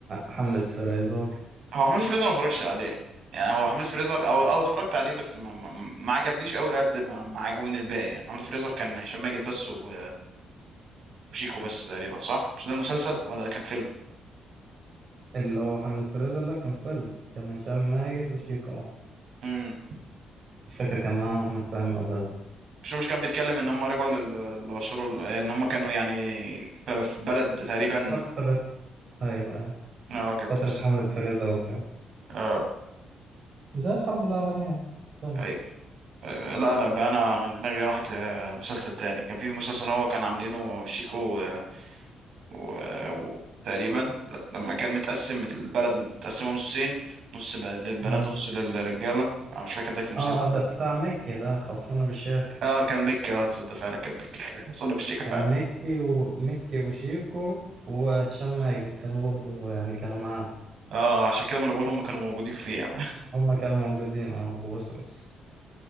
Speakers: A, on the right (about 40°); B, on the right (about 60°).
A: حملة فريزر
B: هو حملة فريزر ما اتفرجش عليه يعني هو حملة فريزر او او اتفرجت عليه بس ما, ما, ما عجبنيش قوي قد ما, ما عجبوني الباقي يعني حملة فريزر كان هشام ماجد بس و- وشيكو بس تقريبا صح مش ده المسلسل ولا ده كان
A: اللي هو حملة فريزر لا كان فيلم كان هشام ماجد وشيكو آه.
B: فيلم
A: مش فاكر كان معاهم أحمد فهمي ولا لا
B: مش مش كان بيتكلم ان هم رجعوا لل- للعصور ال- ان هم كانوا يعني ف- في بلد تقريبا
A: فترة أيوة أيوة
B: اه كانت
A: فترة حملة فريزر وكده
B: اه
A: زي الحرب العالمية الثانية
B: ايوه أيوة. لا لا بقى انا دماغي راحت لمسلسل تاني كان في مسلسل هو كان عاملينه شيكو و... و... تقريبا لما كان متقسم البلد متقسمه نصين نص ب... للبنات
A: مم.
B: ونص للرجاله انا مش فاكر ده كان مسلسل
A: اه ده
B: يعني
A: بتاع مكي ده خلصانة بالشيخ
B: اه كان مكي اه تصدق فعلا كان مكي <laughs> اصلا بالشيكه فعلا
A: كان مكي ومكي وشيكو وهشام ماجد كانوا برضو يعني كانوا معاه
B: اه عشان كده ما انا بقول هم كانوا موجودين فيه يعني
A: هما كانوا موجودين اه وأوس أوس